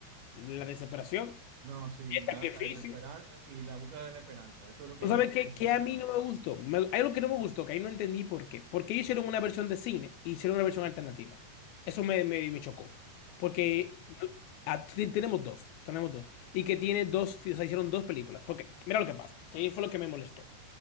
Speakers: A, on the left; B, on the right.
A: la desesperación,
B: No, sí,
A: el
B: la,
A: sacrificio.
B: la desesperanza y la búsqueda de la esperanza, eso es lo que
A: ¿Tú
B: yo
A: sabes
B: puedo
A: qué?
B: entender,
A: Que a
B: ¿sabes?
A: mí no me gustó. Me- hay algo que no me gustó, que ahí no entendí por qué. Porque ellos hicieron una versión de cine y hicieron una versión alternativa. Eso me, me, me chocó. Porque no, ah, t- tenemos dos, tenemos dos. Y que tiene dos, o sea, hicieron dos películas. Porque, mira lo que pasa, que ahí fue lo que me molestó.